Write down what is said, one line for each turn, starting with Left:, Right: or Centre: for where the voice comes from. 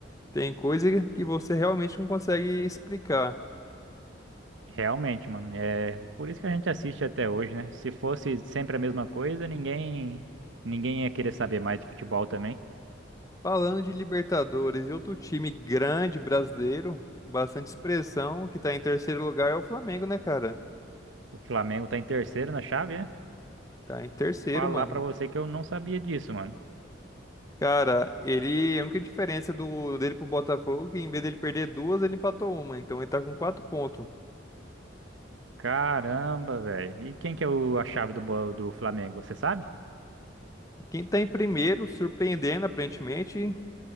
Left: Tem coisa que você realmente não consegue explicar.
Right: Realmente, mano. É por isso que a gente assiste até hoje, né? Se fosse sempre a mesma coisa, ninguém ninguém ia querer saber mais de futebol também.
Left: Falando de Libertadores e outro time grande brasileiro, bastante expressão, que tá em terceiro lugar é o Flamengo, né, cara?
Right: O Flamengo tá em terceiro na chave, é?
Left: Tá em terceiro,
Right: Falar
Left: mano.
Right: pra você que eu não sabia disso, mano.
Left: Cara, ele, a única diferença do dele pro Botafogo é que em vez dele perder duas, ele empatou uma, então ele tá com quatro pontos.
Right: Caramba, velho. E quem que é o, a chave do, bo- do Flamengo, você sabe?
Left: Quem tá em primeiro, surpreendendo aparentemente,